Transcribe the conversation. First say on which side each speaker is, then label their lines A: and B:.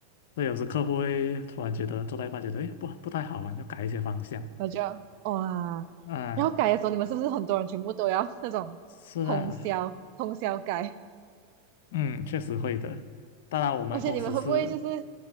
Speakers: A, on the left; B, on the right.
A: 所以有时客户会突然觉得做到一半觉得，诶，不不太好玩，要改一些方向
B: 我就哇，
A: 啊。
B: 然后改的时候，你们是不是很多人全部都要那种通宵通宵改？
A: 是啊，嗯，确实会的。当然，我们公司是
B: 而且你们会不会就是